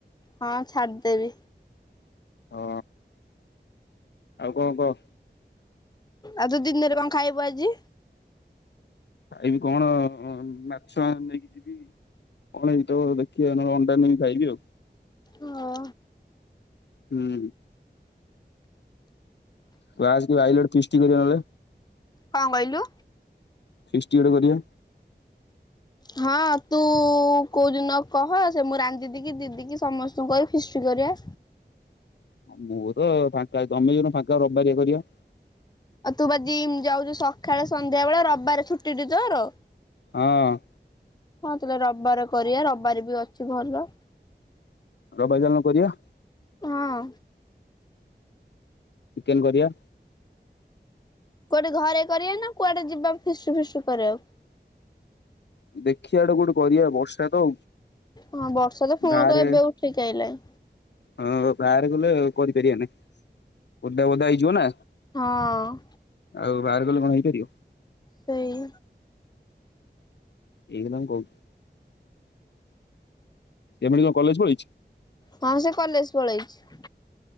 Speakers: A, on the left; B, on the left.
A: ହଁ ଛାଡ଼ିଦେବି।
B: ହଁ ଆଉ କଣ କହ।
A: ଆଉ ତୁ ଦିନରେ କଣ ଖାଇବୁ ଆଜି?
B: ଖାଇବି କଣ ମାଛ ନେଇକି ଯିବି କଣ ହେଇଥିବ ଦେଖିବା ନହଲେ ଅଣ୍ଡା ନେଇ ଖାଇବି ଆଉ।
A: ହଁ।
B: ହୁଁ। ତୁ ଆସେ କେବେ ଆଇଲେ ଫିଷ୍ଟି କରିବା ନହେଲେ
A: କଣ କହିଲୁ?
B: ଫିଷ୍ଟି ଗୋଟେ କରିବା
A: ହଁ ତୁ କୋଉଦିନ କହ ସେ ମୁଁ ରାନୀ ଦିଦିକି ଦିଦିକିି ସମ ସ୍ତଙ୍କୁ କହିବି ଫିଷ୍ଟି କରିବା।
B: ହଁ ମୁଁ ତ ଫାଙ୍କା ଚାଲୁନୁ ଯୋଉଦିନ ଫାଙ୍କା ରବିବାରିଆ କରିବା
A: ଆଉ ତୁ ବା ଜିମ୍ ଯାଉଚୁ ସକାଳେ ସନ୍ଧ୍ୟାବେଳେ ରବିବାରେ ଛୁଟି ଟି ତୋର
B: ହଁ।
A: ହଁ ତାହଲେ ରବିବାର କରିବା ରବିବାର ବି ଅଛି ଭଲ
B: ରବିବାର ଚାଲୁନ କରିବା।
A: ହଁ।
B: ଚିକେନ କରିବା
A: କୁଆଡେ ଘରେ କରିବା ନା କୁଆଡେ ଯିବା ଫିଷ୍ଟ ଫିଷ୍ଟ କରିବାକୁ?
B: ଦେଖିଆ ଗୋଟେ କୋଉଠେ କରିବା ବର୍ଷା ତ
A: ହଁ ବର୍ଷା ତ ଫୁଣି
B: ବାହାରେ
A: କହ ଏବେ ଉଠେଇକି ଆଇଲାଣି
B: ହଁ ବାହାରେ କଲେ କରିପାରିବାନି ଓଦା ଓଦା ହେଇଯିବ ନା
A: ହଁ
B: ଆଉ ବାହାର କଲେ କଣ ହେଇପାରିବ।
A: ସେଇ।
B: ଏଇ କଥା ମୁଁ କହୁଚି। ଚେମିଣି କଣ କଲେଜ୍ ପଳେଇଚି?
A: ହଁ ସେ କଲେଜ୍ ପଳେଇଚି।